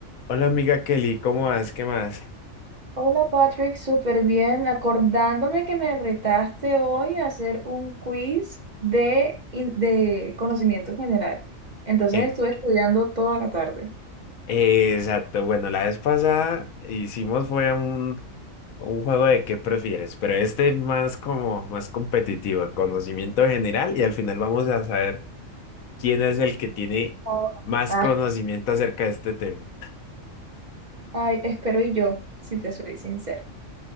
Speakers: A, on the left; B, on the right.
A: Hola amiga Kelly, ¿cómo vas? ¿Qué más?
B: Hola Patrick, súper bien. Acordándome que me retaste hoy a hacer un quiz de, in- de conocimiento general. Entonces
A: Eh,
B: estuve estudiando toda la tarde.
A: eh, exacto, bueno, la vez pasada hicimos fue un, un juego de qué prefieres, pero este es más como más competitivo, conocimiento general y al final vamos a saber quién es el que tiene
B: Oh,
A: más
B: Ah,
A: conocimiento acerca de este tema.
B: Ay, espero y yo, si te soy sincera.